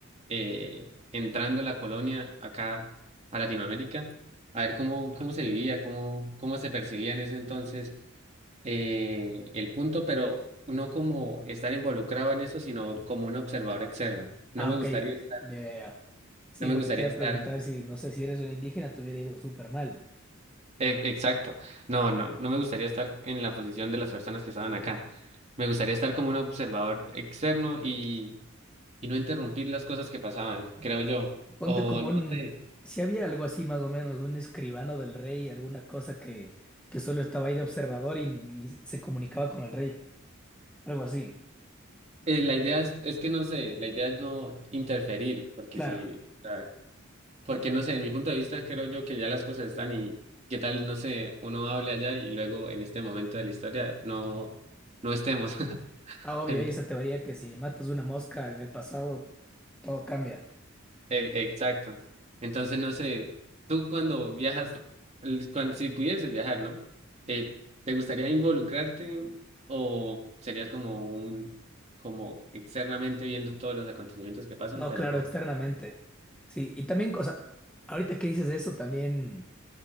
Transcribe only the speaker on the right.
eh, entrando la colonia acá a Latinoamérica, a ver cómo, cómo se vivía, cómo, cómo se percibía en ese entonces eh, el punto, pero no como estar involucrado en eso, sino como un observador externo. No
me
gustaría estar,
no me
gustaría
estar,
e- exacto, no, no, no me gustaría estar en la posición de las personas que estaban acá. Me gustaría estar como un observador externo y, y no interrumpir las cosas que pasaban, creo yo.
O
no
sé.
Eh, la idea es, es que no sé, la idea es no interferir, porque
si, ah, porque no sé, en mi punto de vista creo yo que ya las cosas están y qué tal, no sé, uno hable allá y luego en este momento de la historia no, no estemos. <laughs>
Ento-
e- exacto. Entonces, no sé, tú cuando viajas, el- cuan- si pudieses viajar, ¿no? Eh, ¿te gustaría involucrarte o serías como un, como externamente viendo todos los acontecimientos que pasan,
pero
no?